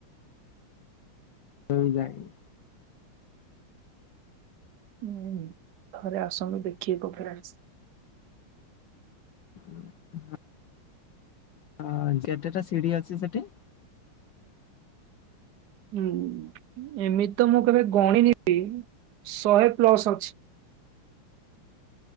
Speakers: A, on the left; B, on the right.
A: <unintelligible> ଯାଇନି।
B: ହୁଁ। ଥରେ ଆସନ୍ତୁ ଦେଖିକ। <unintelligible>
A: <inaudible> ହଁ ଯେତେଟା ସିଡି ଅଛି ସେଠିି
B: ହୁଁ ଏମିତି ତ ମୁଁ କେବେ ଗଣିନି ବି ଶଏ ପ୍ଲସ ଅଛି।